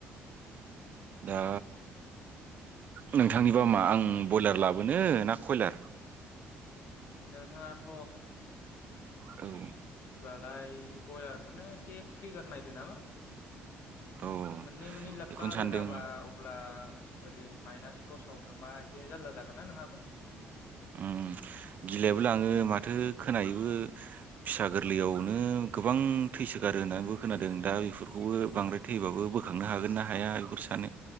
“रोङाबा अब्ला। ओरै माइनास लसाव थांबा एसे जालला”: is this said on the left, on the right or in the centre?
Left